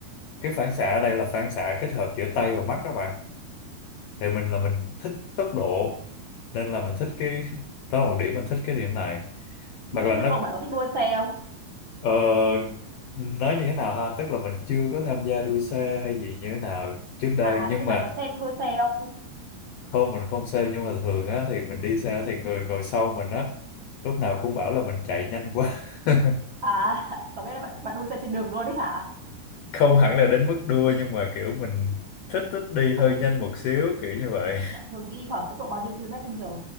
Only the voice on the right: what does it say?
Bạn
thích tốc độ,
bạn có thích đua xe không?
À,
thế bạn
có xem đua xe không?
À, <laughs> có nghĩa là bạn bạn đua xe trên đường luôn đấy hả?
Bạn,
bạn thường đi khoảng tốc độ bao nhiêu km trên giờ?